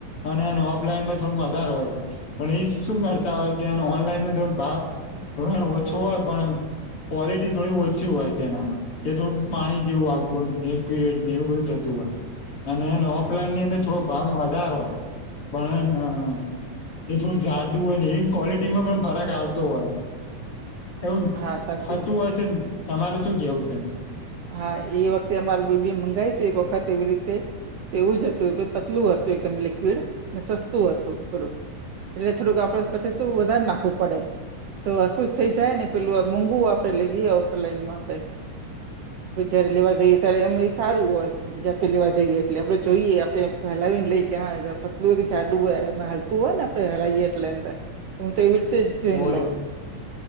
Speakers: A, on the left; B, on the right.
A: અને એનો ઓફલાઈનમાં થોડું વધારે હોય છે. પણ એ શું કરતા હોય કે ઓનલાઈન તો ભાવ ઓછો હોય પણ ક્વોલિટી થોડી ઓછી હોય છે એનામાં. કે તો પાણી જેવું આવતું હોય લિકવિડને એવું બધું થતું હોય. અને એને ઓફલાઈન ની અંદર થોડો ભાવ વધાર હોય પણ એ એ થોડું જાડું હોય ને એ ક્વોલિટીમાં પણ ફરક આવતો હોય. એવુ
B: હા સાચી
A: થતું હોય છે તમારૂ શું કેવું છે.
B: હા એ વખતે અમારે બેબી મંગાવી તું એક વખત એવી રીતે એવું જ હતું પતલું હતું એકદમ લિક્વિડ ને સસ્તું હતું થોડુંક એટલે થોડુંક આપડે પછી શું વધારે નાખવું પડે તોર હરખુ જ થઈ જાય ને પેલું આ મોંઘુ આપડે લઈએ ઓફલાઈનમાં આપડે જયારે લેવા જઈએ ત્યારે એમ એ સારું હોય જાતે લેવા જઈએ. એટલે આપણે જોઈએ આપણેે હલાવીને લઈએ હ પતલું હોય કે જાડું હે એમાં હાલતું હોય ને હલાઈએ એટલે અંદર હું તો એવી રીતે જોઈન
A: હોય
B: લઉં.
A: એવું